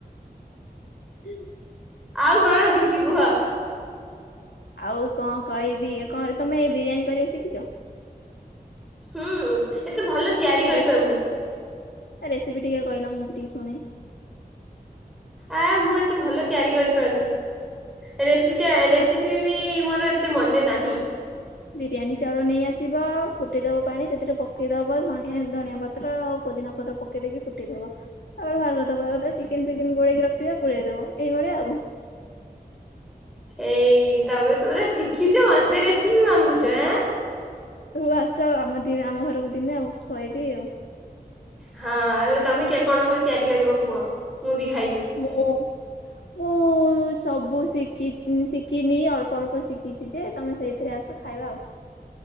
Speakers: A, on the left; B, in the centre.
A: <inaudible>
B: ଆଉ କଣ କିଛି କୁହ?
A: ଆଉ କଁ କହିବି ଏଁ କଁ ଏ ତମେ ଏଇ ବିରିୟାନୀ କରିବା ଶିଖିଛ?
B: ହୁଁ ଏତେ ଭଲ ତିଆରି
A: ତା
B: କରିପାରୁନି।
A: ରେସିପି ତା ରେସିପି ଟିକେ କହିଲ ମୁଁ ବି ଟିକେ ଶୁଣେ।
B: ଆ ମୁଁ ଏତେ ଭଲ ତିଆରି କରିପାରୁନି ରେସି ଟା ରେସି
A: ଏ
B: ଫିର୍ ବି ମୋର ଏତେ ମନେ ନାହିଁ।
A: ବିରିୟାନୀ ଚାଉଳ ନେଇ ଆସିବ ଫୁଟିଦବ ପାଣି ସେଥିରେ ପକେଇଦବ ଧଣିଆ ଧଣିଆ ପତ୍ର ଆଉ ପୋଦିନା ପତ୍ର ପକେଇ ପକେଇ ଦେଇକି ଫୁଟେଇଦବ ତାପରେ ବାହାର କରିଦବା କଥା ଚିକେନ୍ ଫିକନ୍ ଗୋଳେଇକି ରଖିଥିବ ପୁରେଇଦବ ଏଇଭଳି ଆଉ।
B: ଏଇ ତମେ ତ ପୁରା ଶିଖିଛ ମତେ ରେସିପି ମାଗୁଛ ଏଁ।
A: ହଉ ଆସ ଆଉ ଆମ ଦିନେ ଆମ ଘରକୁ ଦିନେ ଆଉ ଖୁଆବି ଆଉ।
B: ହଁ ଏବେ ତମେ କିଏ କଣ ଘରେ ତିଆରି କରିବ କୁହ ମୁଁ ବି ଖାଇବି।
A: ମୁଁ ମୁଁ ସବୁ ଶିଖି ଶିଖିନି ଅଳ୍ପ ଅଳ୍ପ ଶିଖ ଖିଚି ଯେ ତମେ ସେଇଥିରେ ଆସ ଖାଇବା ଆଉ।